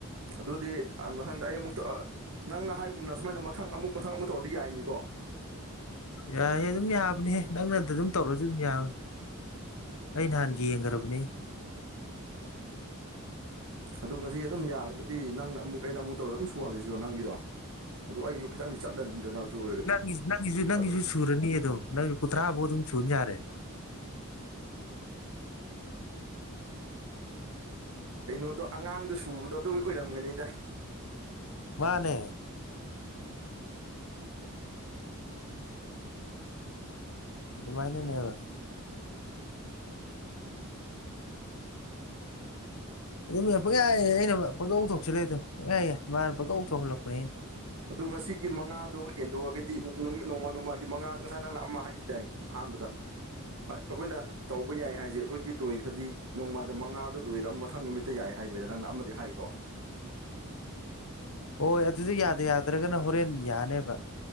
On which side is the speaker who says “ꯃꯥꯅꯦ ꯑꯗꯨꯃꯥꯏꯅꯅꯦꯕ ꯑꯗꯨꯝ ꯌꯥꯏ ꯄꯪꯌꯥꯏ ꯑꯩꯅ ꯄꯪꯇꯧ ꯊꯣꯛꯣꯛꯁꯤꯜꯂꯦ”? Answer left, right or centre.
Left